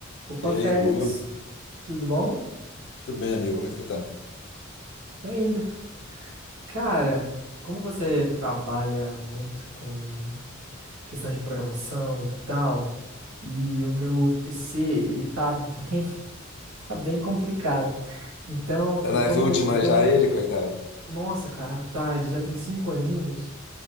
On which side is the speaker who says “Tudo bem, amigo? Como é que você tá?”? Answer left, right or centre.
Left